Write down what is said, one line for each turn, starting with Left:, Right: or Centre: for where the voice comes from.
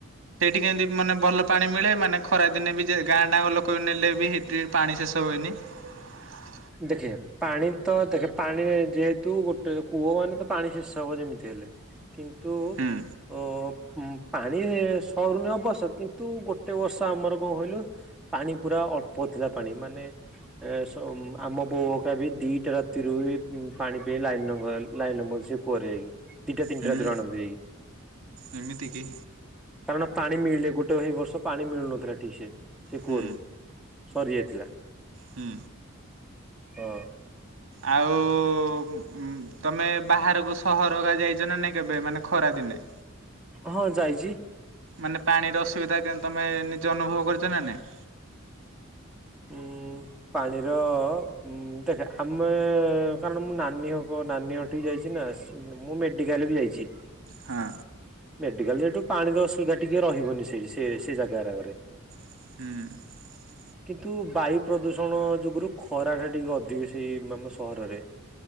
Right: କେମତି ମାନେ ଭଲ ପାଣି ମିଳେ ମାନେ ଖରା ଦିନେ ବି ଯେ ଗାଁ ଡା ଲୋକ ବି ନେଲେ ବି ସେଠି ପାଣି ଶେଷ ହୁଏନି। ହ
Centre: ଦେଖେ ପାଣି ତ ଦେଖେ ପାଣି ଯେହେତୁ ଗୋଟେ କୂଅ ମାନେ ତ ପାଣି ଶେଷ ହବ ଯେମିତି ହେଲେ। କିନ୍ତୁ
Right: ହୁଁ
Centre: ଓହୋ ପାଣି ସରୁନି ଅବଶ୍ୟ କିନ୍ତୁ ଗୋଟେ ବର୍ଷ ଆମର କଣ କହିଲୁ ପାଣି ପୁରା ଅଳ୍ପ ଥିଲା ପାଣି ମାନେ ସ ଆମ ବୋଉ ହକା ବି ଦିଟା ରାତିରୁ ପାଣି ପାଇଁ ଲାଇନ ଲଗା ଲାଇନ <unintelligible> କୂଅରେ ଯାଇକି। ଦିଟା ତିନିଟା
Right: ହୁଁ
Centre: ରାତିରୁ <unintelligible> ଯାଇକି
Right: ଏମିତି କି?
Centre: କାରଣ ପାଣି ପାଣି ମିଳିଲେ ଗୋଟେ ସେଇ ବର୍ଷ ପାଣି ମିଳୁନଥିଲା ଠିକ ସେ ସେ
Right: ହୁଁ
Centre: କୁଅରୁ, ସରି ଯାଇଥିଲା।
Right: ହୁଁ।
Centre: ହଁ।
Right: ଆଉ ଉମ ତମେ ବାହାରକୁ ସହର ହେକା ଯାଇଛ ନା ନାଇଁ କେବେ ମାନେ ଖରା ଦିନେ।
Centre: ହଁ ଯାଇଚି।
Right: ମାନେ ପାଣିର ଅସୁବିଧା କେମ ତମେ ନିଜେ ଅନୁଭବ କରିଚ ନା ନାଇଁ।
Centre: ଉଁ ପାଣିର ଉଁ ଦେଖେ ଆମେ କାରଣ ମୁଁ ନାନୀ ହକ ମୋ ନାନୀ ଘଠିକି ଯାଇଛି ନା, ସ ମୁଁ ମେଡିକାଲ ବି ଯାଇଛି।
Right: ହଁ।
Centre: ମେଡିକାଲ ଯେହେତୁ ପାଣିର ଅସୁବିଧା ଟିକେ ରହିବନି ସେଠି ସେ ସେ ଜାଗା ହେଗେରାରେ।
Right: ହୁଁ।
Centre: କିନ୍ତୁ ବାୟୁ ପ୍ରଦୂଷଣ ଯୋଗୁରୁ ଖରା ଟା ଟିକେ ଅଧିକ ସେହି ଆମ ସହରରେ।